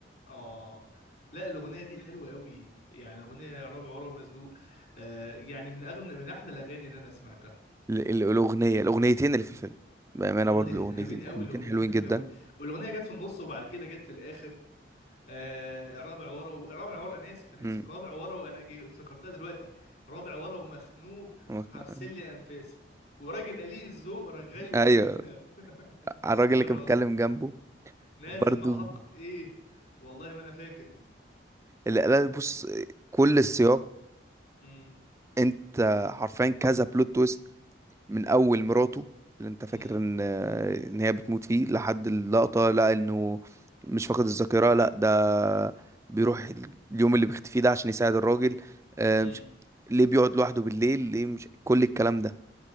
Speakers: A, on the left (about 55°); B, on the right (about 15°).
A: اه لا الاغنيه دي حلوه قوي يعني الاغنيه رابع ورا ومزنوق آه يعني من اغنى من احلى الاغاني اللي انا سمعتها
B: ال- ال- الأغنية الأغنيتين اللي في الفيلم بأمانة
A: الاغنيتين
B: برضه الأغنيتين
A: حلوين قوي
B: الأغنيتين
A: الاغنيتين
B: حلوين
A: حلوين
B: جدا
A: قوي والاغنيه جت في النص وبعد كده جت في الاخر آه رابع ورا و... رابع ورا انا اسف انا
B: مم.
A: اسف رابع ورا وانا جي... افتكرتها دلوقتي رابع ورا ومخنوق
B: <laughs>
A: حبس لي انفاسي وراجل قليل الذوق رغاي وكل
B: ايوه
A: <laughs>
B: على الراجل
A: وجال
B: اللي كان
A: راسي
B: بيتكلم جنبه
A: نازل
B: برضو
A: محطه ايه والله ما انا فاكر
B: اللي قال بص كل السياق
A: امم
B: انت حرفيا كذا بلوت تويست من اول مراته اللي انت فاكر
A: امم
B: ان ان هي بتموت فيه لحد اللقطة لا انه مش فاقد الذاكرة لا ده بيروح اليوم اللي بيختفي ده عشان يساعد الراجل آه،
A: امم
B: مش- ليه بيقعد لوحده بالليل ليه مش كل الكلام ده